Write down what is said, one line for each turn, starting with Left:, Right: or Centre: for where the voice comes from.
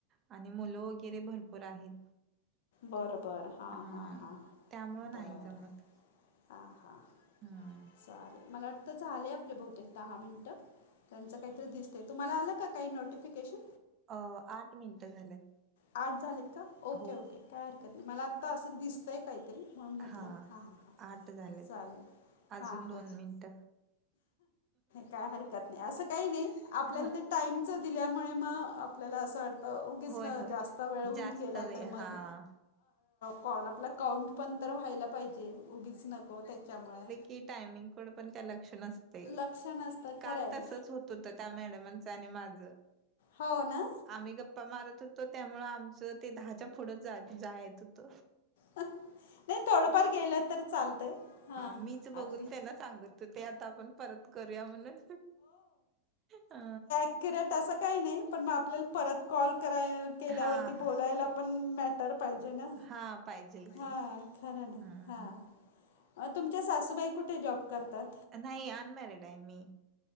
Right: आणि मुल वैगेरे भरपूर आहेत.
Left: बर बर, हा
Right: हम्म
Left: हा, हा,
Right: त्यामुळं नाही
Left: बर
Right: जमत
Left: हा हा
Right: हम्म
Left: चालेल मला वाटत, झालेय बहुतेक दहा मिनिट? त्यांच काहीतरी दिसतय, तुम्हाला आल का काही नोटिफिकेशन?
Right: अ आठ मिनिट झाल्यात.
Left: आठ झालेत का? ओके
Right: हो
Left: ओके काय हरकत नयी, मला आत्ता अस दिसतये काहीतरी. म्हणून म्हटलं
Right: हा हा,
Left: हां हां हां
Right: आट झाले
Left: चालेल
Right: अजून
Left: हां
Right: दोन
Left: हां
Right: मिनिट
Left: काय हरकत नयी अस कायी नयी, आपल्याला
Right: हा
Left: ते टाईम दिल्यामुळे म आपल्याला अस वाटत उगीच
Right: होय होय
Left: जास्त वेळ होऊन
Right: जास्त
Left: गेला,
Right: वेळ
Left: तर मग?
Right: हा
Left: कॉल आपला काउंट पण तर व्हायला पाहिजे, उगीच नको त्याच्यामुळे
Right: क टाइमिंग कडे पण त्या लक्ष नसतय
Left: लक्ष नसतं
Right: काल
Left: खरं आहे
Right: तसच हो हो त्या मॅडमाच आणि माझ
Left: हो ना
Right: आम्ही गप्पा मारत होत त्यामुळ आमच दहाच्या पुढच जायेच होत
Left: नाही थोडफार गेल तर चालत, हा
Right: मीच बघून
Left: अगदी
Right: त्यांना सांगत ओते आता आपण परत करूयात म्हणून, अ
Left: अक्युरेट अस काही नही पण मग आपल्याला परत कॉल कराय केल्यावरती
Right: हा
Left: बोलायला
Right: हा
Left: पण मॅटर पाहिजे ना,
Right: हा पाहिजेल की
Left: हा खर ना,
Right: हम्म
Left: हा तुमच्या सासूबाई कुठे जॉब करतात?
Right: नाही अनमॅरिड आहे मी.